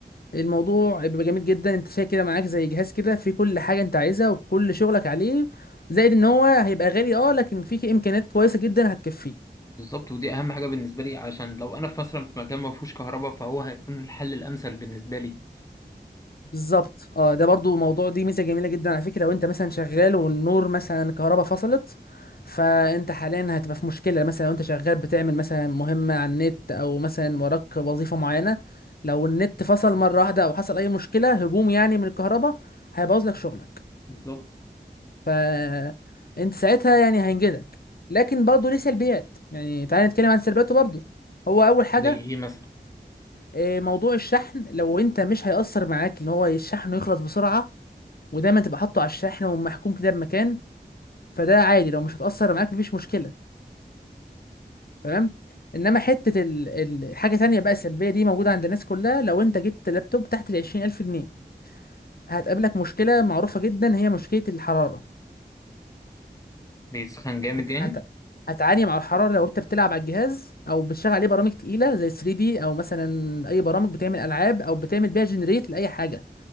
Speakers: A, on the left; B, on the left.
A: الموضوع بيبقى جميل جدا انت شايل كده معاك زي جهاز كده فيه كل حاجة انت عايزها وكل شغلك عليه زائد ان هو هيبقى غالي اه لكن فيه امكانيات كويسة جدا هتكفيه
B: بالظبط ودي اهم حاجه بالنسبه لي عشان لو انا في مثلا في مكان ما فيهوش كهرباء فهو هيكون الحل الامثل بالنسبه لي
A: بالظبط اه ده برضو موضوع دي ميزه جميله جدا على فكره لو انت مثلا شغال والنور مثلا كهرباء فصلت فانت حاليا هتبقى في مشكله مثلا لو انت شغال بتعمل مثلا مهمه على النت او مثلا وراك وظيفه معينه لو النت فصل مره واحده او حصل اي مشكله هجوم يعني من الكهرباء هيبوظ لك شغلك
B: بالظبط
A: فانت ساعتها يعني هينجزك لكن برضو ليه سلبيات يعني تعالى نتكلم عن سلبياته برضو هو اول حاجه
B: زي ايه مثلا
A: آه، موضوع الشحن لو انت مش هيأثر معاك ان هو الشحن يخلص بسرعة ودايما تبقى حاطه على الشحن ومحكوم كده بمكان فده عادي لو مش هتأثر معاك مفيش مشكلة تمام انما حتة ال... ال... حاجة تانية بقى سلبية دي موجودة عند الناس كلها لو انت جبت لابتوب تحت العشرين ألف جنيه هتقابلك مشكلة معروفة جدا هي مشكلة الحرارة
B: بيسخن جامد
A: هت...
B: يعني
A: هت... هتعاني مع الحرارة لو انت بتلعب على الجهاز او بتشغل عليه برامج تقيلة زي 3 دي او مثلا اي برامج بتعمل العاب او بتعمل بيها جنريت لأي حاجة